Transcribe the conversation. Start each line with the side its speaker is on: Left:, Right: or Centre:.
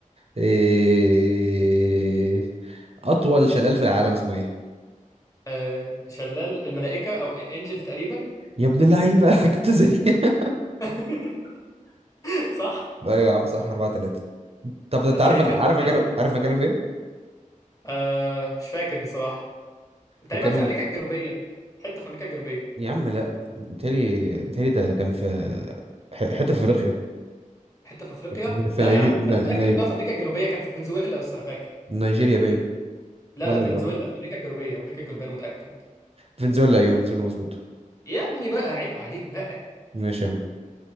Right: إيه... أطول شلال في العالم اسمه إيه؟
Left: آه، شلال الملائكة او انجل تقريبا
Right: يا ابن اللعيبة <laughs> جبت زي <laughs>
Left: <laughs> صح
Right: أيوة يا عم صح أربعة تلاتة طب أنت
Left: اي
Right: عارف
Left: خدمه
Right: عارف
Left: صح
Right: مكانه عارف مكانه فين؟
Left: أه مش فاكر بصراحه تقريبا
Right: مكانه
Left: في امريكا الجنوبيه حته في امريكا الجنوبيه
Right: يا عم لا متهيألي متهيألي ده كان في ح- حتة في أفريقيا
Left: حته في افريقيا
Right: <laughs> في
Left: لا
Right: نيجي...
Left: يا عم
Right: ن-
Left: انا متاكد
Right: ني...
Left: انها في امريكا الجنوبيه كان في فنزويلا بس انا فاكر
Right: نيجيريا باين
Left: لا
Right: ولا
Left: لا فنزويلا
Right: ده-
Left: في امريكا الجنوبيه امريكا الجنوبيه انا متاكد
Right: فنزويلا أيوة فنزويلا مظبوط
Left: يا ابني بقى عيب عليك بقى
Right: ماشي يا عم